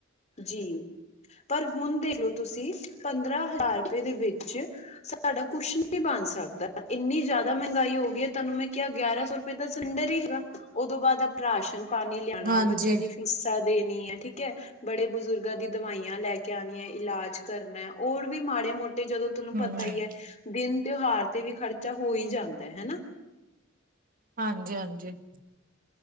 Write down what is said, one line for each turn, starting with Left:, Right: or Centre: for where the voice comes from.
Left: ਜੀ ਪਰ ਹੁਣ ਦੇਖਲੋ ਤੁਸੀਂ ਪੰਦਰਾਂ ਹਜ਼ਾਰ ਰੁਪਏ ਦੇ ਵਿੱਚ ਸਾਡਾ ਕੁਛ ਨਹੀਂ ਬਣ ਸਕਦਾ ਇੰਨੀ ਜ਼ਿਆਦਾ ਮਹਿੰਗਾਈ ਹੋ ਗਈ ਹੈ। ਤੁਹਾਨੂੰ ਮੈਂ ਕਿਹਾ ਗਿਆਰਾਂ ਸੌ ਰੁਪਏ ਦਾ ਸਿਲੰਡਰ ਹੀ ਹੈਗਾ ਓਦੋਂ ਬਾਅਦ ਆਪਾਂ ਰਾਸ਼ਨ ਪਾਣੀ ਲਿਆਣਾ
Right: ਹਾਂਜੀ,
Left: ਬੱਚਿਆਂ ਦੀ ਫੀਸਾਂ ਦੇਣੀ ਹੈ, ਠੀਕ ਹੈ। ਬੜੇ ਬਜ਼ੁਰਗਾਂ ਦੀ ਦਵਾਈਆਂ ਲੈ ਕੇ ਆਣੀਆਂ ਇਲਾਜ ਕਰਨਾ ਹੋਰ ਵੀ ਮਾੜੇ ਮੋਟੇ ਤੇ ਜਦੋਂ ਤੁਹਨੂੰ
Right: ਹਾਂਜੀ-ਹਾਂਜੀ।
Left: ਪਤਾ ਹੀ ਹੈ। ਦਿਨ ਤਿਉਹਾਰ ਤੇ ਵੀ ਖ਼ਰਚਾ ਹੋ ਹੀ ਜਾਂਦਾ ਹੈ ਹਨਾ
Right: ਹਾਂਜੀ-ਹਾਂਜੀ